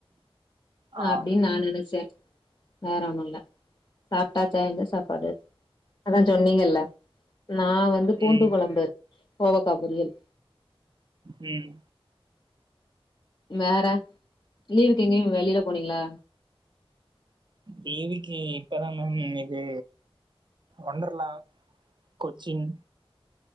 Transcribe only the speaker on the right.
ஆ
ம்
ம்
லீவுக்கு இப்பதா மேம் இது ஒன்டர்லா கொச்சின்